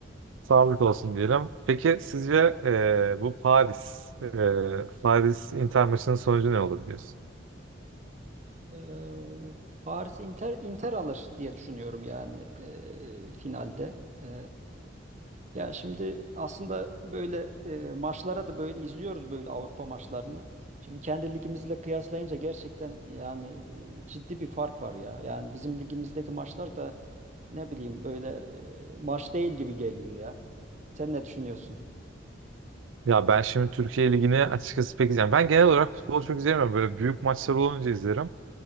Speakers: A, on the right; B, on the right.
A: Sağlık olsun diyelim. Peki sizce e, bu Paris e, Paris Inter maçının sonucu ne olur diyorsun?
B: Ee, Paris Inter Inter alır diye düşünüyorum yani e, finalde. Ee, ya şimdi aslında böyle e, maçlara da böyle izliyoruz böyle Avrupa maçlarını. Şimdi kendi ligimizle kıyaslayınca gerçekten yani e, ciddi bir fark var ya. Yani bizim ligimizdeki maçlar da ne bileyim böyle e, maç değil gibi geliyor ya. Sen ne düşünüyorsun?
A: Ya ben şimdi Türkiye Ligi'ni açıkçası pek izleyemem. Ben genel olarak futbolu çok izleyemem. Böyle büyük maçlar olunca izlerim.